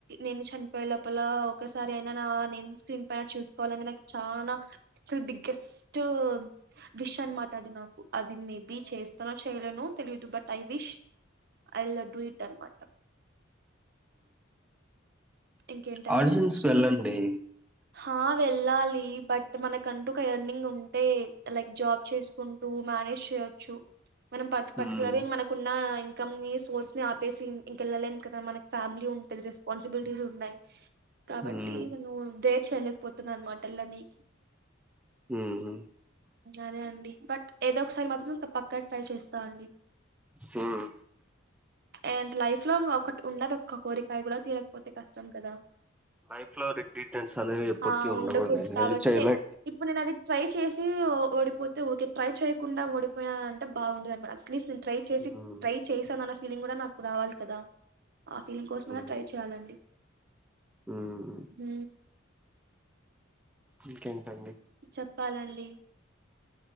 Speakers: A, on the right; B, in the centre.
A: నేను చని పోయెలోపల ఒక్కసారి అయినా నా నేమ్ స్క్రీన్ పైన చూసుకోవాలని నాకు చాలా కెస్ట్ విష్ అనమాట అది నాకు అది మేబి చేస్తానో చేయలేనో తెలియదు but I wish I will do it అనమాట ఇంకేంటండి
B: ఆడిషన్స్కి
A: విశేషాలు
B: వెళ్ళండి
A: హా వెళ్ళాలి బట్ మన కం ఒక ఎర్నింగ్ ఉంటే లైక్ జాబ్ చేసుకుంటూ మేనేజ్ చేయొచ్చు మనం ప పర్టికులర్
B: మ్మ్.
A: గా మనకున్న ఇంకమ్ సోర్స్ ని ఆపేసి ఇంకెళ్ళలేం కదా మన ఫమిలీ ఉంటంది రెపాన్సిబిల్ ఉన్నాయి కాబట్టి
B: మ్మ్.
A: నువ్వు దే చె పోతున్నా అన్నమాట ఎలా నీ
B: మ్మ్.
A: అదే అండి బట్ ఏదో ఒకసారి మాత్రం ఇ పక్కా ట్రై చేస్తా అండి
B: మ్మ్.
A: ఏంట్ లైఫ్ లో ఉంగ ఒకటి ఉన్నది ఒక్క కోరిక అయ్ కూడా తీరకపోతే కష్టం కదా
B: లైఫ్ లో రిగ్రెటెన్స్ అనేవి ఎప్పుటికీ
A: ఆ
B: ఉండకూడదండి
A: ఉండకూడదు కాబట్టి
B: ఇది చేయలే
A: నే ఇప్పుడు నే అది ట్రై చేసి ఓడిపోతే ఓకే ట్రై చేయకుండా డిపోయియా అంటే బాగుండది అనమా అసలీ ట్రై చేసి
B: ఉమ్,
A: ట్రై చేసిని ఫీలింగ్ కూడా నాకు రావాలి కదా ఆ ఫీలింగ్ కోసమ
B: ఉమ్,
A: ట్రై చేయాలండి
B: ఉమ్.
A: హ
B: ఇంకేంటండి
A: చప్పాలండి